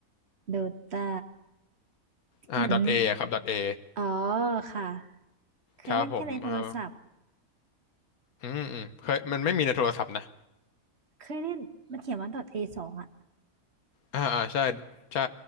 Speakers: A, on the right; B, on the left.
A: โดตา
B: อ่า
A: เหมือน
B: .A อะครับ .A
A: อ๋อค่ะเคยเล่นแค่ในโทรศัพท์
B: ครับผมเอ่าออืมอืมเคยมันไม่มีในโทรศัพท์นะ
A: เคยเล่นมันเขียนว่า .a สองอะ
B: อ่าอ่าใช่ใช่